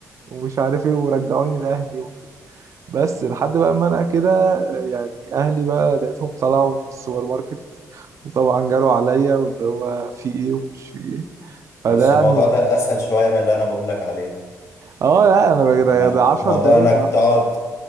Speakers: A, on the right; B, on the left.
A: ومش عارف إيه ورجعوني لأهلي وكده بس لحد بقى ما أنا كده آه، يعني أهلي بقى لقيتهم طلعوا من السوبر ماركت وطبعا جالوا عليا واللي هو في إيه ومش في إيه فده
B: بس
A: يعني
B: الموضوع ده أسهل شوية من اللي أنا بقول لك عليه
A: آه لا أنا بقى-
B: لأن
A: ده ده 10
B: موضوع
A: دقايق
B: إنك
A: أو حاجة
B: تقعد